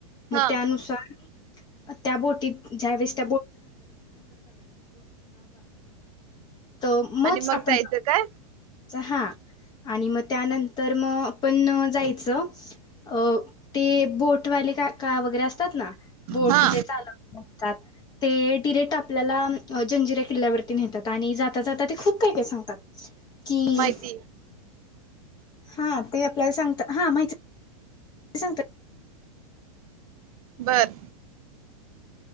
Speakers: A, on the left; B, on the right.
A: मं
B: हा
A: त्यानुसार त्या बोटीत ज्या वेळेस तो मोज
B: आणि मग
A: आपण
B: जायचं काय
A: हा आणि म त्यानंतर म पण जायच <unintelligible> अं ते बोट वाले काका वगैरे असं म्हणत्यात ना बोटजे
B: हा
A: चालवतात म्हणतात ते ति रेट आपल्याला जंजिऱ्या किल्ल्यावरती नेहतात आणि जाता जाता ते खूप काय काय सांगतात. की
B: माहिती
A: हा ते आपल्याला सांगतात. <unintelligible> <unintelligible>
B: बर